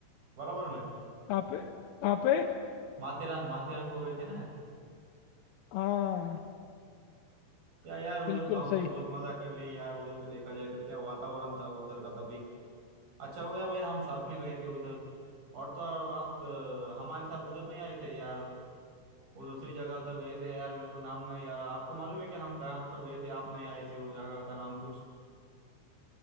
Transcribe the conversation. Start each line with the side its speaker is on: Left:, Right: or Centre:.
Right: बराबर ना
Left: कहाँ पे कहाँ पे
Right: माथेरान माथेरान को गए थे ना
Left: हाँ
Right: क्या यार उधर
Left: बिल्कुल
Right: तो हमने
Left: सही
Right: बहुत मजा कर ली यार उधर तो देखा जाए तो क्या वातावरण था उधर का तभी अच्छा हो गया भाई हम साथ में गए थे उधर और तो और आप अ, हमारे साथ उधर नहीं आए थे यार वो दूसरी जगह तक गए थे यार मेरे को नाम नहीं यार आपको मालूम है कि हम कहाँ पर गए थे आप नहीं आए थे वो जगह का नाम कुछ